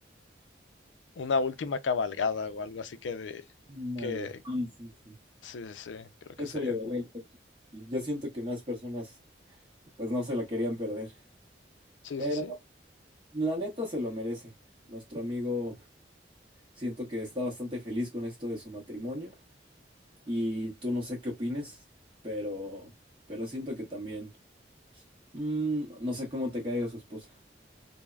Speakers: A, on the left (about 85°); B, on the right (about 25°).
A: una última cabalgada o algo así que de,
B: Ándale,
A: que
B: sí, sí, sí.
A: sí, sí, sí, creo que
B: Eso
A: sería
B: le daría
A: cool.
B: el toque. Y yo siento que más personas pues no se la querían perder.
A: Sí,
B: Pero
A: sí, sí.
B: la neta se lo merece. Nuestro amigo siento que está bastante feliz con esto de su matrimonio. Y tú no sé qué opines, pero, pero siento que también, mm, no sé cómo te caiga su esposa.